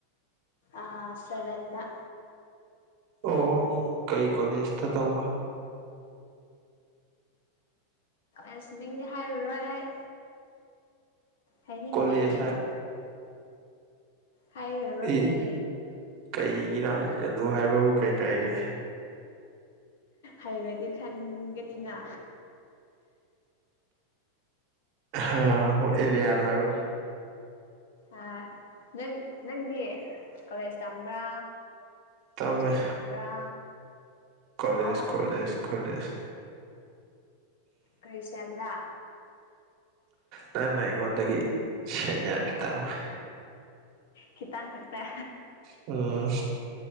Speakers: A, on the left (about 70°); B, on the right (about 35°).
A: ꯑ ꯁꯦꯕꯗ
B: ꯑꯣ ꯀꯩ ꯀꯣꯂꯦꯖꯇ ꯇꯧꯕ
A: ꯎꯝꯁ ꯃꯤꯡꯗꯤ ꯍꯥꯏꯔꯨꯔꯣꯏ ꯑꯩ ꯍꯅꯤꯡꯗꯦ
B: ꯀꯣꯂꯦꯖ ꯍꯥꯏ
A: ꯍꯥꯏꯔꯔꯣꯏꯌꯦ
B: ꯏ ꯀꯩꯒꯤꯅꯣ ꯍꯥꯏꯁꯦ ꯑꯗꯨ ꯍꯥꯏꯕꯕꯨ ꯀꯩꯀꯥꯏꯒꯦ
A: ꯍꯩꯔꯗꯤ ꯈꯪꯒꯅꯤꯅ
B: ꯑ ꯑꯦꯔꯤ ꯌꯥꯗ ꯍꯥꯏꯕꯨꯅꯤ
A: ꯑ ꯅꯪ ꯅꯪꯗꯤ ꯀꯧꯂꯦꯖ ꯇꯝꯕ꯭ꯔꯥ
B: ꯇꯝꯃꯦ
A: ꯖꯣꯕ ꯇꯧꯕ꯭ꯔꯥ
B: ꯀꯣꯂꯦꯖ
A: ꯑꯣ
B: ꯀꯣꯂꯦꯖ ꯀꯣꯂꯦꯖ
A: ꯀꯩꯁꯗ
B: ꯅꯪ ꯅ ꯑꯩꯉꯣꯟꯗꯒꯤ ꯁꯦꯟ ꯌꯥꯔ ꯈꯤꯇꯪꯣꯏ
A: ꯈꯈꯤꯇꯪ ꯀꯇ
B: ꯎꯝ